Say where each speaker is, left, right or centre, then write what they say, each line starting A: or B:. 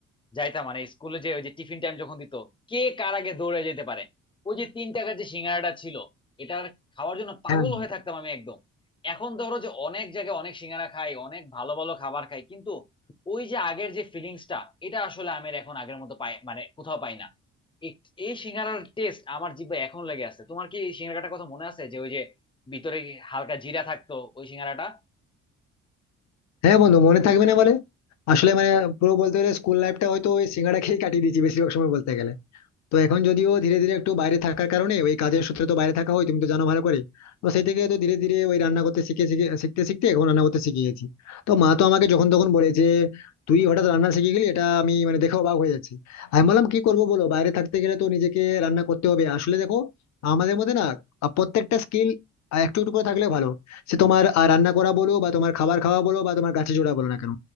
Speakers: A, on the left (about 15°); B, on the left (about 65°).
A: যাইতাম মানে স্কুলে যে ওই যে টিফিন টাইম যখন দিত কে কার আগে দৌড়ে যেতে পারে ওই যে তিন টাকার যে সিঙ্গারাটা ছিল এটার খাওয়ার জন্য পাগল
B: হ্যাঁ
A: হয়ে থাকতাম আমি একদম এখন ধরো যে অনেক জায়গায় অনেক সিঙ্গারা খাই অনেক ভালো ভালো খাবার খাই কিন্তু ওই যে আগের যে ফিলিংসটা এটা আসলে আমি আর এখন আগের মতো পাই মানে কোথাও পাই না এই এই সিঙ্গারার টেস্ট আমার জিভে এখন লেগে আছে তোমার কি এই সিঙ্গারাটার কথা মনে আছে যে ওই যে ভিতরে হালকা জিরা থাকতো ওই সিঙ্গারাটা
B: হ্যাঁ বন্ধু মনে থাকবে না বলে আসলে মানে পুরো বলতে গেলে স্কুল লাইফটা হয়তো ওই সিঙ্গাড়া খেয়ে কাটিয়ে দিয়েছি বেশিরভাগ সময় বলতে গেলে তো এখন যদিও ধীরে ধীরে একটু বাইরে থাকার কারণে ওই কাজের সূত্রে তো বাইরে থাকা হয় তুমি তো জানো ভালো করে তো সেই থেকে তো ধীরে ধীরে ওই রান্না করতে শিখে শিখে শিখতে শিখতে এখন রান্না করতে শিখে গেছি তো মা তো আমাকে যখন তখন বলে যে তুই হঠাৎ রান্না শিখে গেলি এটা আমি মানে দেখে অবাক হয়ে যাচ্ছি আমি বললাম কি করবো বলো বাইরে থাকতে গেলে তো নিজেকে রান্না করতে হবে আসলে দেখো আমাদের মধ্যে না আহ, প্রত্যেকটা স্কিল একটু একটু করে থাকলে ভালো সে তোমার আহ, রান্না করা বলো বা তোমার খাবার খাওয়া বলো বা তোমার গাছে জোড়া বলো না কেন